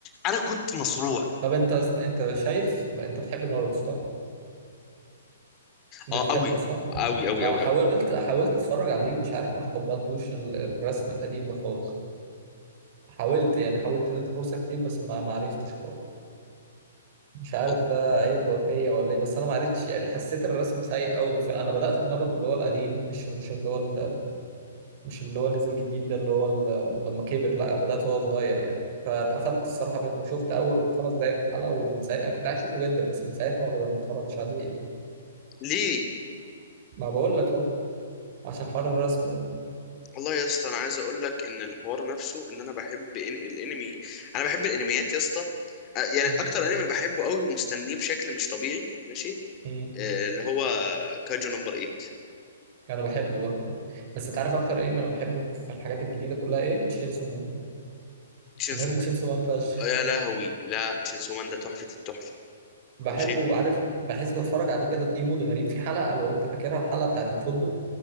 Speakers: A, on the left; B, on the right.
A: انا كنت مصروع
B: طب انت انت شايف انت بتحب ناروتو صح بتحبه
A: اه قوي
B: صح
A: قوي قوي
B: انا
A: قوي
B: حاولت
A: قوي
B: حاولت اتفرج عليه مش عارف ما تقبلتوش ال- الرسم القديم ده خالص حاولت يعني حاولت اديته فرصة كتير بس ما ما عرفتش خالص مش عارف
A: وال-
B: ده عيب وفية ولا ايه بس انا ما عرفتش يعني حسيت الرسم سيء قوي انا بدأت بناروتو اللي هو القديم مش مش اللي هو ال- مش اللي هو نزل جديد ده اللي هو ال- لما كبر لا بدأت وهو صغير يعني فاتقفلت الصراحة منه شفت أول خمس دقايق في الحلقة ومن ساعتها أنا كنت عايز أشوفه جدا بس من ساعتها ما بدأت ما اتفرجتش عليه
A: ليه
B: ما بقول لك أهو عشان حوار الرسم ده
A: والله يا اسطى انا عايز اقول لك ان الحوار نفسه ان انا بحب إن... الانمي انا بحب الانميات يا اسطى آه، يعني
B: امم
A: اكتر انمي بحبه قوي ومستنيه بشكل مش طبيعي ماشي
B: امم
A: آه، اللي هو كاجو نمبر 8
B: أنا بحبه برضه بس أنت عارف أكتر إيه أنا بحبه في الحاجات الجديدة كلها إيه تشينسو مان
A: شينسو
B: أنا بحب
A: مان
B: تشينسو مان فشخ
A: آه، يا لهوي لا شينسو مان ده تحفة التحفة
B: بحبه
A: ماشي
B: عارف بحس بتفرج عليه كده في مود غريب في حلقة لو انت فاكرها الحلقة بتاعت الفندق